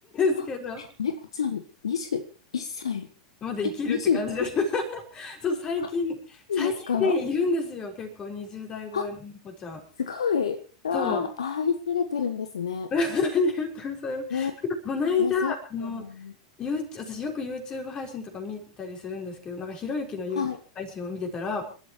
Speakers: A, on the left (about 25°); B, on the left (about 70°).
A: すけど、
B: あ、え猫ちゃん、21歳。
A: まだ生きるって感じです。
B: え、21年、
A: <laughs> そう、最近、
B: あ、
A: 最近ね、
B: そうんですか
A: いるんですよ。結構20代超えの猫ちゃん。
B: あ、すごい。わあ、
A: そ
B: 愛されてるんですね。
A: う。<laughs> ありがとうございます
B: え、
A: この間、
B: いや、そうだと思います。
A: あの、ユーチューブ私よく YouTube 配信とか見たりするんですけど、なんかひろゆきの YouTube
B: はい、
A: 配信を見てたら、